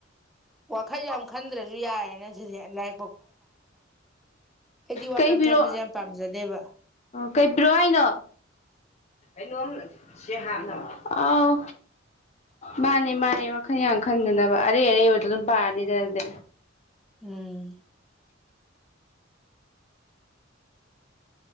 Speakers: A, in the centre; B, on the left.
A: ꯋꯥꯈꯜꯁꯨ ꯌꯥꯝ ꯈꯟꯗ꯭ꯔꯁꯨ ꯌꯥꯏ ꯂꯩ ꯑꯩꯗꯤ ꯋꯥꯈꯜ
B: ꯀꯩꯕꯤꯔꯣ
A: ꯈꯟꯕꯁꯦ ꯌꯥꯝ ꯄꯥꯝꯖꯗꯦꯕ
B: ꯀꯩꯕꯤꯔꯣ ꯍꯥꯏꯅꯣ ꯩꯅ ꯑꯥꯎ ꯃꯥꯅꯦ ꯃꯥꯅꯦ ꯋꯥꯈꯜ ꯌꯥꯝ ꯈꯟꯗꯅꯕ ꯑꯔꯩ ꯑꯔꯩꯕꯗ ꯑꯗꯨꯝ ꯄꯥꯔꯅꯤꯗꯅꯗꯤ
A: ꯎꯝ